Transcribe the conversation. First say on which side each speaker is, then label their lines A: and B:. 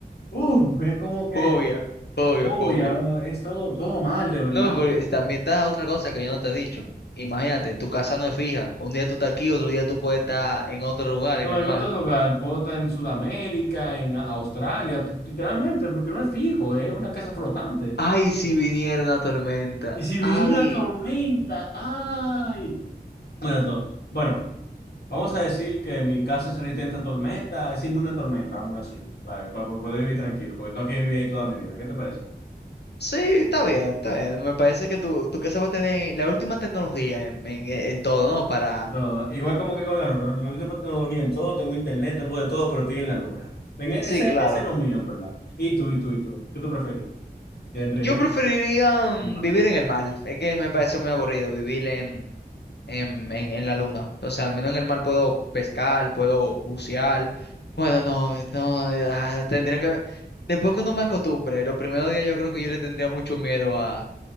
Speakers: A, on the left; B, on the left.
A: uh, es como que...
B: Fobia, fobia,
A: Obvio,
B: fobia.
A: es todo, todo mal, de verdad.
B: No, porque también está otra cosa que yo no te he dicho. Imagínate, tu casa no es fija. Un día tú estás aquí, otro día tú puedes estar en otro lugar, en
A: No,
B: el
A: en
B: mar.
A: otro lugar, puedo estar en Sudamérica, en Australia, literalmente, porque no es fijo, es una casa flotante.
B: Ay, si viniera una tormenta.
A: Y si viniera
B: Ay.
A: una tormenta, ¡ay! Bueno, esto, bueno, vamos a decir que mi casa es resistente a tormenta, es inmune a tormenta, vamos a decir, para, para poder vivir tranquilo, porque tengo que vivir ahí toda mi vida, ¿qué te parece?
B: Sí, está bien, está bien. Me parece que tu, tu casa va a tener la última tecnología en, en- en todo, ¿no? Para...
A: En todo, igual como que con la luna, lo tengo tecnología en todo, tengo internet, tengo de todo, pero estoy en la luna. Venga, ese,
B: Sí, claro.
A: ese no es mío, en verdad. ¿Y tú, y tú, y tú? ¿Qué tú prefieres? ¿De entre
B: Yo
A: vivir
B: preferiría
A: en
B: mm,
A: el mar?
B: vivir en el mar. Es que me parece muy aburrido vivir en, en, en, en la luna. O sea, al menos en el mar puedo pescar, puedo bucear. Bueno, no, no, eh, ah, tendría que... Después cuando me acostumbre, los primeros días yo creo que yo le tendría mucho miedo a